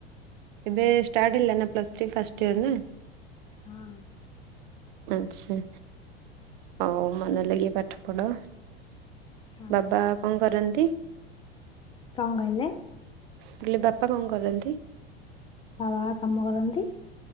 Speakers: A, on the right; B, on the left.
A: ଏବେ ଷ୍ଟାର୍ଟ ହେଲା ନା ପ୍ଲସ୍ ଥ୍ରି ଫାଷ୍ଟ ଇୟର ନା?
B: ହଁ।
A: ଆଚ୍ଛା ଆଉ ମନ ଲାଗେ ପାଠ ପଢ଼ା
B: ହଁ।
A: ବାବା କଣ କରନ୍ତି?
B: କଣ କହିଲେ?
A: ହେଲେ ବାପା କଣ କରନ୍ତି?
B: ବାବା କାମ କରନ୍ତି।